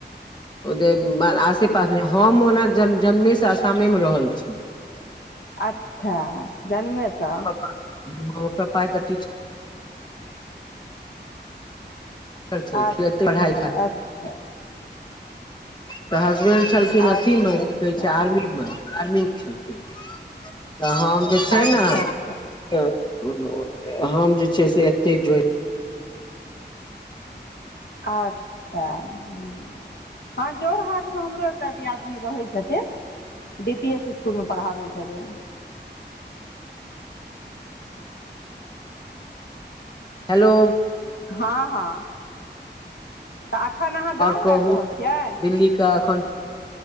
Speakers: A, on the left; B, on the left.
A: ओ जे आसे पास में हम ओना ज जन्मेसँ आसामेमे रहल छी
B: अच्छा जन्मे सँ
A: प्रपा तऽ टी छलखिन
B: अच्छा
A: एते पढ़ाइ खाइ
B: अच्छा
A: तऽ हसबेंड छलखिन अथी
B: अच्छा
A: में की कहै छै आर्मी मे आर्मी में छलखिन तऽ हम जे छै
B: अच्छा
A: ने
B: अच्छा
A: तऽ हम जे छै से एते जोड़
B: अच्छा हं हँ जोड़ हाट में हमरो एकटा दियादनी रहै छथिन डी पी एस स्कूल पढ़ाबइ छथिन
A: हेलो
B: हाँं हाँ तऽ अखन आहाँ
A: आओर
B: गाँव
A: कहू
B: आबि रहल छियै
A: दिल्ली का एखन